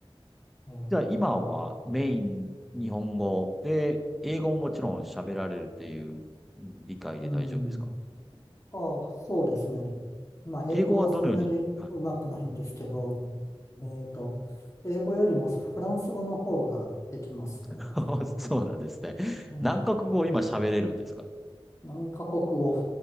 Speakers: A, on the left; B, in the centre.
A: <laughs> えーが、
B: じゃあ今はメイン日本語で、英語ももちろん喋られるっていう理解で大丈夫ですか
A: うん。ああ、そうですね。まあ、英語はそんなにうまくないんですけど、
B: 英語はどのように、はい
A: えっと、英語よりもフランス語の方ができますね。
B: <laughs> そうなんですね。
A: うん、
B: 何カ国語を今喋れるんですか
A: 何カ国語、